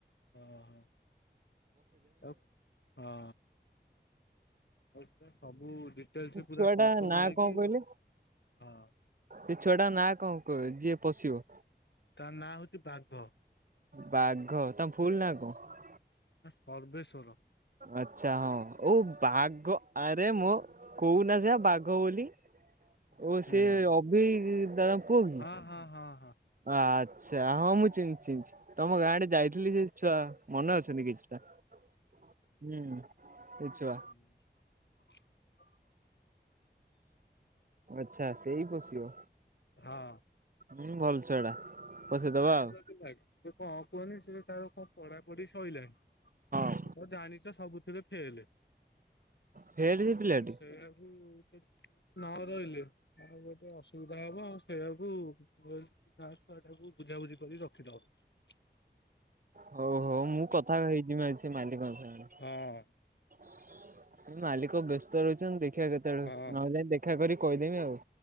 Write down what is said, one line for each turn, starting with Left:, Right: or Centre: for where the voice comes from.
Left: ହଁ ହ ଆଉ ହଁ ଆଉ ତୁମେ ସବୁ ଡିଟେଲସ୍ ପୁରା
Right: ଛୁଆ
Left: କନଫ୍ରମ
Right: ଟା ନାଁ
Left: ହେଇକି
Right: କଣ କହିଲେ?
Left: ମତେ ହଁ
Right: ସେ ଛୁଆଟା ନା କଣ କହ ଯିଏ ପଶିବ?
Left: ତାର ନାଁ ହଉଛି ବାଘ।
Right: ବାଘ ତା ଫୁଲ ନା କଣ?
Left: ପରର୍ବେଶ୍ୱର।
Right: ଆଛା ହଁ ଓ ବାଘ ଆ ମୋ କଉନା ସେୟା ବାଘ ବୋଲି। ଓ
Left: ହଁ
Right: ସେ ଅଭି ଦାଦା ଉଁ ପୁଅ କି?
Left: ହଁ ହଁ ହଁ ହଁ
Right: ଆଛା ହଁ ମୁଁ ଚିହ୍ନିଚି ଚି ତମ ଗାଁ ଆଡ଼େ ଯାଇଥିଲି ସେ ଛୁଆ ମନେ ଅଛନ୍ତି କିଛିଟା। ହୁଁ। ସେ
Left: ହୁଁ।
Right: ଛୁଆ ଆଛା ସେଇ ପଶିବ।
Left: ହଁ।
Right: ହୁଁ ଭଲ ଛୁଆ ଟା। ପସେଇଦବା
Left: ହଁ ଭଲ
Right: ଆଉ
Left: ପିଲାଟା ସେ କଣ କୁହନି ସେ ତାର କଣ ପଢାପଢି ସଇଲାଣି। ସେ
Right: ହଁ
Left: ତ ଜାଣିଛ ସବୁଥିରେ ଫେଲେ।
Right: ଫେଲ୍ ସେ ପିଲାଟି।
Left: ଆ ସେୟାକୁ ସେ ନ ରହିଲେ ଆଉ ଗୋଟେ ଅସୁବିଧା ହବ ଆ ସେଇଆକୁ। <unintelligible> ଛୁଆଟାକୁ ବୁଝାବୁଝି କରି ରଖିଦବା।
Right: ହଉ ହଉ ମୁଁ କଥା ହେଇଯିବି ଆଜି ସେ ମାଲିକଙ୍କ ସାଙ୍ଗରେ।
Left: ଆଉ
Right: ମାଲିକ ବ୍ୟସ୍ତ ରହୁଛନ୍ତି ଦେଖିବା କେତେବେଳେ
Left: ହଁ ହଁ।
Right: ନହେଲେ ଦେଖା କରି କହିଦେମି ଆଉ।